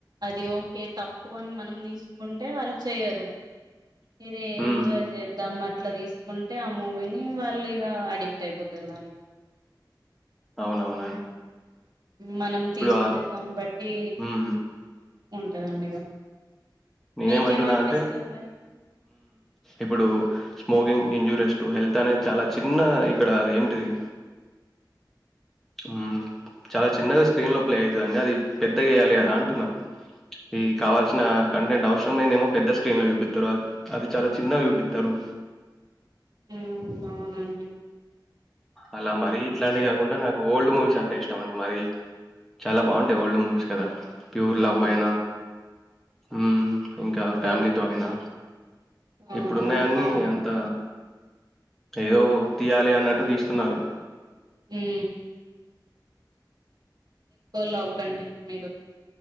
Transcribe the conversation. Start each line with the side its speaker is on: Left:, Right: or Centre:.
Right: అది ఓకే తప్పు అని మనం తీసుకుంటే వాళ్ళు చెయ్యరు. ఇది
Centre: ఉమ్,
Right: ఎంజాయ్ చేద్దాం మ అట్లా తీసుకుంటే ఆ మూవీని వాళ్ళు ఇక అడిక్ట్ అయిపోతరు దానికి
Centre: అవునవును
Right: మనం తీసుకునే
Centre: ఆ-
Right: దాన్ని బట్టి
Centre: ఉమ్,
Right: ఉంటందండి ఇక
Centre: నేనేమంటున్నా
Right: మీకేమనిపిస్తుంది
Centre: హ్మ్ అంటే
Right: మరి
Centre: ఇప్పుడు స్మోకింగ్ ఇంజూరెస్టు హెల్త్ అనేది చాలా చిన్న ఇక్కడ అది ఏంటిది హ్మ్ చాలా చిన్నగా స్క్రీన్ లో ప్లే అయితదండి అది పెద్దగా వేయాలి కదా అంటున్నా ఈ కావాల్సిన కంటెంట్ అవసరం లేందమో పెద్ద స్క్రీన్ లో చూపిత్తరు అది చాలా చిన్నగ చూపిత్తము
Right: ఉమ్ అవునండి
Centre: అలా మరీ ఇట్లాంటివి కాకుండా నాకు ఓల్డ్ మూవీస్ అంటే ఇష్టం అండి మరీ చాలా బాగుంటాయి ఓల్డ్ మూవీస్ కదా ప్యూర్ లవ్
Right: అవును
Centre: యినా హ్మ్ ఇంకా ఫ్యామిలీతో
Right: అవును
Centre: అయినా
Right: అవునండి
Centre: ఇప్పుడున్నాయన్నీ
Right: బాగుంది
Centre: అంత ఏదో తీయాలి అన్నట్టు తీ స్తున్నారు
Right: ఏ లవ్ కంటెట్ మీ